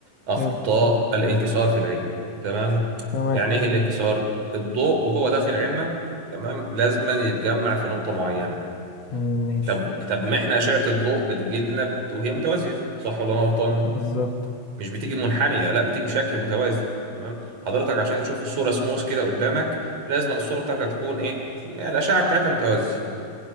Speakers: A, on the right; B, on the left.
A: اخطاء
B: حلو
A: الانكسار في العين تمام
B: تمام
A: يعني ايه الانكسار الضوء وهو داخل عيننا تمام لازما يتجمع في نقطه معينه
B: مم، ماشي
A: طب طب ما احنا اشعه الضوء بتجيلنا وهي متوازيه صح ولا انا غلطان
B: بالظبط
A: مش بتيجي منحنية لا بتيجي بشكل متوازي تمام حضرتك عشان تشوف الصورة سموث كده قدامك لازم أن الصورة بتاعتك تكون ايه الأشعة بتاعتها متوازية